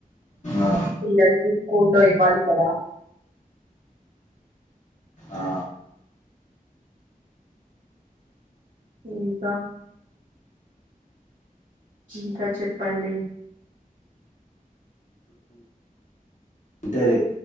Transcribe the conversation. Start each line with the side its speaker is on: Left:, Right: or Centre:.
Left: ఆ,
Right: పిల్లలకు స్కూల్లో ఇవ్వాలి కదా
Left: ఆ,
Right: ఇంకా ఇంకా చెప్పండి
Left: ఇంటర్